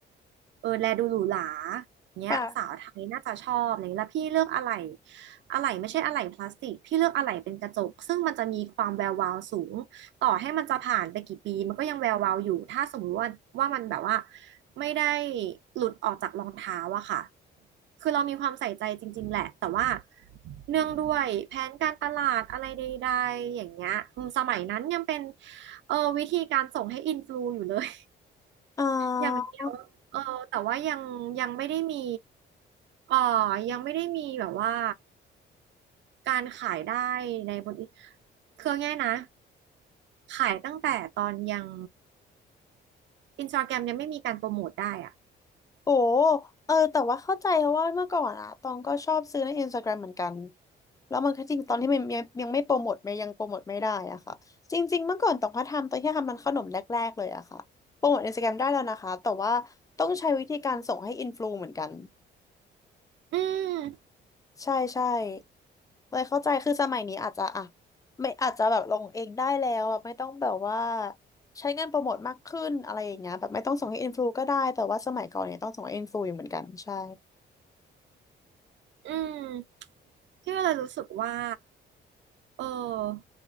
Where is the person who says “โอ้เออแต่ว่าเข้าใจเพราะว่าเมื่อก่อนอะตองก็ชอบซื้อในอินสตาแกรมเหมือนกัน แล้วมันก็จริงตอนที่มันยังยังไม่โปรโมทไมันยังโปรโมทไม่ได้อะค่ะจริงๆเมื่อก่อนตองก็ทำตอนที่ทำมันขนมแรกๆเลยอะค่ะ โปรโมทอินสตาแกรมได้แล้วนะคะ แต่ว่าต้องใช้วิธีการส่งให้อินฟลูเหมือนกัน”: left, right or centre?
Left